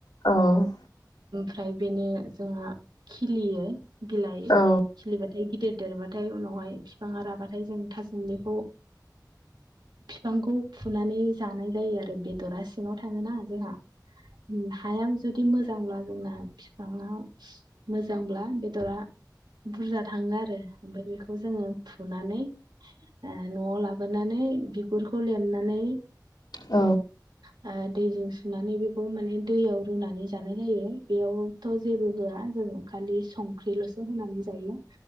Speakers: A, on the left; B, on the right.
A: औ
B: फ्राय बेनि जोंहा खिलियो बिलाइ
A: औ
B: खिलिबाथाय गिदिर देरबाथाय उनावहाय फिफाङा राबाथाय जों था सोमलिखौ फिफांखौ फुनानै जानाय जायो आरो बेदरा सिङाव थाङोना जोंहा उम हायाम जुदि मोजांब्ला जोंना फिफाङाव मोजांब्ला बेदरा बुरजा थाङो आरो ओमफ्राय बेखौ जोङो फुनानै ओ न'आव लाबोनानै बिगुरखौ लिरनानै
A: औ
B: ओ दैजों सुनानै बेखौ माने दैयाव रुनानै जानाय जायो बेयावथ' जेबो होआ जों खालि संख्रिल'सो होनानै जायो